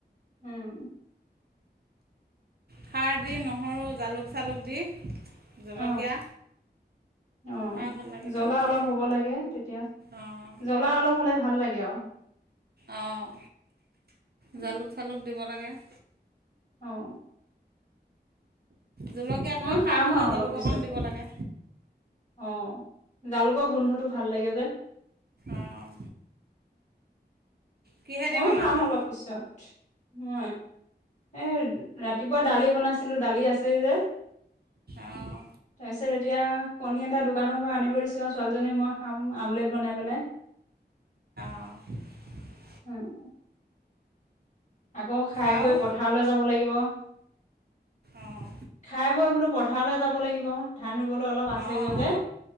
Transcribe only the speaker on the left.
উম।
অ অ
জ্বলা
অলপ হ'ব লাগে তেতিয়া
জ্বলা অলপ হ'লে ভাল ভাল লাগে আৰু।
উম
অ
মই
খাম
আৰু অলপ
পিছত
অ জালুকৰ গোন্ধটো ভাল লাগে যে
ময়ো
খাম অলপ পিছত মই! এই ৰাতিপুৱা দালি বনাইছিলোঁ দালি আছেই যে
তাৰপিছত এতিয়া কণী এটা দোকানৰ পৰা আনিব দিছোঁ আৰু ছোৱালীজনী মই খাম আমলেট বনাই পেলাই।
উম। আকৌ খাই
গৈ পথাৰলে যাব লাগিব
খাই বৈ বোলো পথাৰলে যাব লাগিব ধান ৰুব ৰুবলৈ অলপ আছেগৈ
যে!